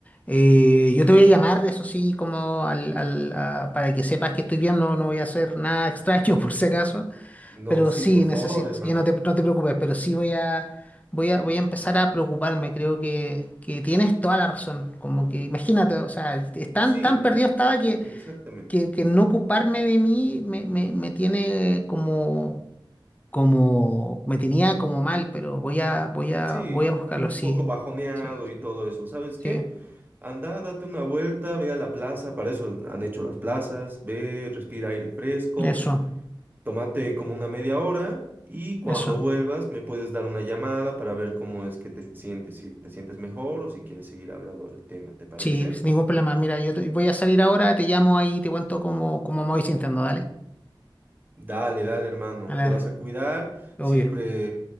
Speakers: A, on the left; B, on the right.
A: Eh, yo te voy a llamar, eso sí, como al, al- a- para que sepas que estoy bien, no, no voy a hacer nada extraño <laughs> por si acaso,
B: No,
A: pero
B: sí,
A: sí,
B: por
A: necesito,
B: favor, <laughs> hermano.
A: sí, no te, no te preocupes, pero sí voy a, voy a, voy a empezar a preocuparme, creo que, que tienes toda la razón, como que imagínate, o sea, es tan,
B: Sí,
A: tan perdido estaba que
B: exactamente.
A: que, que no ocuparme de mí me, me, me tiene como, como, me tenía como mal, pero voy a, voy a,
B: Sí,
A: voy a buscarlo,
B: un
A: sí.
B: poco bajoneado
A: Sí,
B: y
A: sí,
B: todo eso. ¿Sabes
A: sí,
B: qué? Anda, date una vuelta, ve a la plaza, para eso han hecho las plazas, ve, respira aire fresco,
A: eso,
B: tómate como una media hora y cuando
A: eso.
B: vuelvas me puedes dar una llamada para ver cómo es que te sientes, si te sientes mejor o si quieres seguir hablando del tema, ¿te parece?
A: Sí, sin ningún problema. Mira, yo te- voy a salir ahora, te llamo ahí, te cuento cómo, cómo me voy sintiendo, dale.
B: Dale, dale, hermano.
A: Dale,
B: Te
A: dale.
B: vas a cuidar.
A: Obvio.
B: Siempre